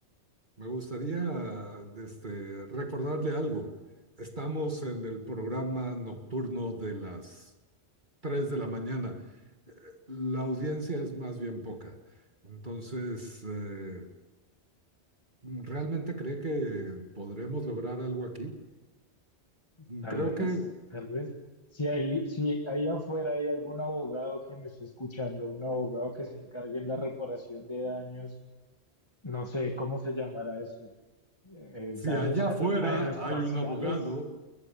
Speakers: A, on the right; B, on the left.
A: me gustaría este, recordarle algo. Estamos en el programa nocturno de las 3 de la mañana. Eh, La audiencia es más bien poca. Entonces, eh, ¿realmente cree que podremos lograr algo aquí?
B: Tal
A: Creo
B: vez,
A: que
B: tal vez. Si hay, si ahí afuera hay algún abogado que me esté escuchando, un abogado que se encargue en la reparación de daños, no sé cómo se llamará eso, eh,
A: si
B: daños
A: allá
B: aero-
A: afuera
B: aeroespaciales,
A: hay un abogado,